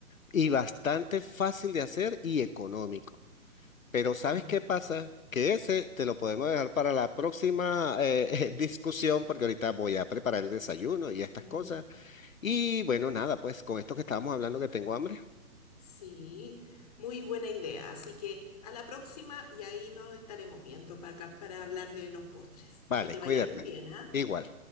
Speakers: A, on the left; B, on the left.
A: y bastante fácil de hacer y económico. Pero ¿sabes
B: Mm,
A: qué pasa? Que ese te lo podemos dejar para la próxima eh, <laughs> discusión porque ahorita voy a preparar el desayuno y estas
B: mm,
A: cosas. Y bueno, nada, pues con esto que estábamos hablando que tengo hambre.
B: sí, muy buena idea. Así que a la próxima y ahí nos estaremos viendo para, para hablar de los postres.
A: Vale,
B: Que te
A: cuídate.
B: vaya muy bien, ¿ah?
A: Igual.